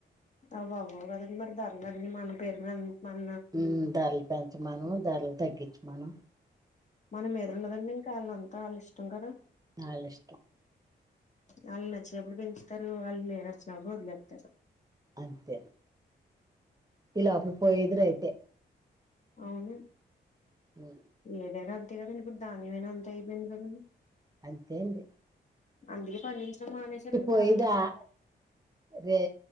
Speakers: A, on the left; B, on the right.
A: అవవ్వవు కదండి మరి ధరలన్నీ మన పేరు మీద మన
B: ఉమ్ ధరలు పెంచమనో ధరలు తగ్గించమనొ
A: మనం ఎదురు ఉండదండి ఇంకా ఆళ్లంతా ఆళ్లిష్టం కదా
B: అల్లిష్టం
A: వాళ్ళు నచ్చినప్పుడు పెంచుతరు వాళ్లే నచ్చనప్పుడు వదిలేత్తరు
B: అంతే ఇలా అప్పుడు పోయేదరయితే
A: అవున
B: ఉమ్,
A: ఏదైనా అంతే కదండి ఇప్పుడు దాన్యమైన అంతె అయిపోయింది గదండి
B: అంతేండి
A: అందుకే పండించడం మానేసారండి
B: పోయేది
A: చాలా మట్టు
B: ఆ రే